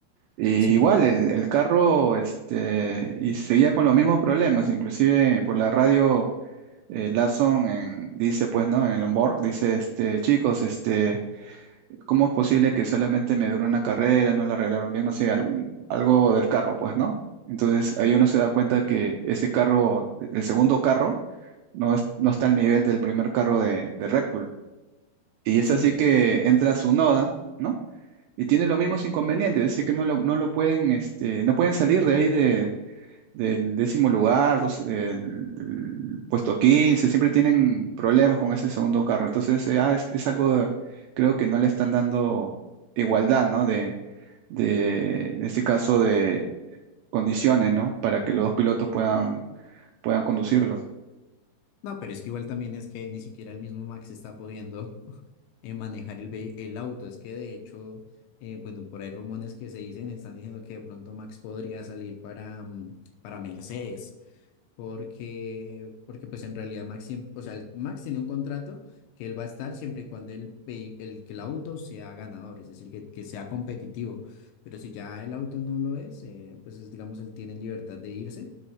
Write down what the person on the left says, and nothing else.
sí,
sí.
No, pero es que igual también es que ni siquiera el mismo Max está pudiendo eh, manejar el, ve- el auto. Es que de hecho, eh, bueno, por ahí rumores que se dicen, están diciendo que de pronto Max podría salir para, mm, para Mercedes. porque, porque pues en realidad Max, siem- o sea, el- Max tiene un contrato que él va a estar siempre y cuando el, vehi- el, que el auto sea ganador, es decir, que, que sea competitivo. Pero si ya el auto no lo es, eh, pues es, digamos, él tiene libertad de irse.